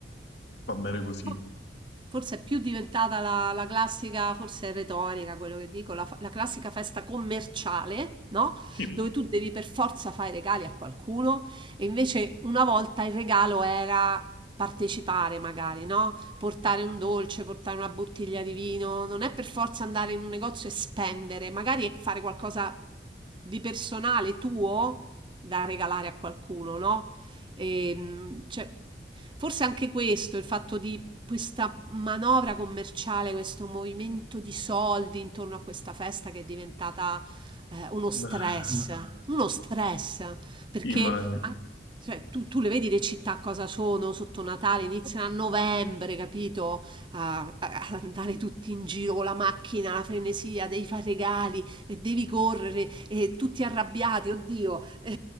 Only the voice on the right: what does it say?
Fo- Forse è più diventata la, la classica, forse è retorica quello che dico, la, fa- la classica festa commerciale, no?
Dove tu devi per forza fare i regali a qualcuno e invece una volta il regalo era partecipare magari, no? Portare un dolce, portare una bottiglia di vino, non è per forza andare in un negozio e spendere, magari è fare qualcosa di personale tuo da regalare a qualcuno, no? E, mh, cioè, forse anche questo, il fatto di questa manovra commerciale, questo movimento di soldi intorno a questa festa che è diventata eh, uno
stress, uno stress, perché
anche- cioè, tu, tu le vedi le città cosa sono sotto Natale, iniziano a novembre, capito? A, a- ad andare tutti in giro con la macchina, la frenesia, devi fare regali e devi correre e tutti arrabbiati, oddio, <laughs> è